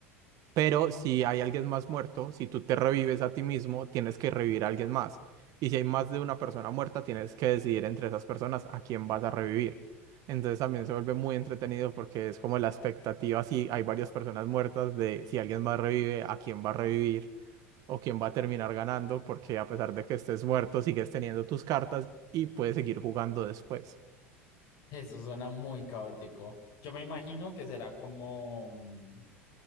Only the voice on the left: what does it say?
Eso suena muy caótico. Yo me imagino que será como mm,